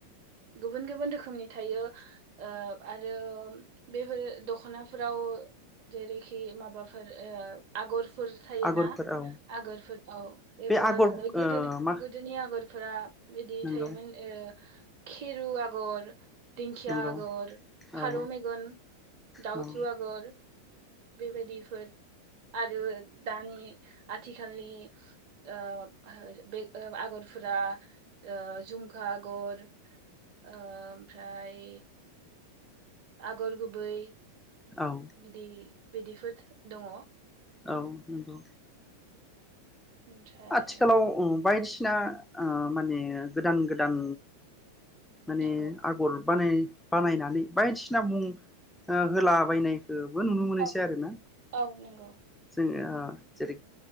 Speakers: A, on the right (about 45°); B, in the centre.
A: गुबुन गुबुन रोखोमनि थायो ओ आरो बेफोर दख'नाफोराव जेरैखि माबाफोर ओ आगर फोर थायोना
B: आगरफोर औ
A: आगरफोर औ बेफोरा
B: बे आगर
A: जाबाय गोदो
B: ओ मा
A: गोदोनि आगर फोरा बिदि
B: नंगौ
A: थायोमोन ओ खिरु आगर। दिंखिया
B: नंगौ
A: आगर
B: औ
A: फारौ मेगन दाउथु
B: औ
A: आगर। बेबायदिफोर आरो दानि आथिखालनि ओ बे ओ आगरफोरा ओ झुमखा आगर ओ ओमफ्राय आगर गुबै।
B: औ
A: बिदि। बिदिफोर दङ।
B: औ। नोंगौ।
A: ओमफ्राय
B: आथिखालाव ओ बायदिसि सिना ओ माने गोदान-गोदान माने
A: नंगौ
B: आगर बानाय बानायनानै बायदिसिना मुं ओ होलाबायनाय बो नुनो मोनोसै
A: औ
B: आरोना
A: औ नंगौ
B: जोङो जेरै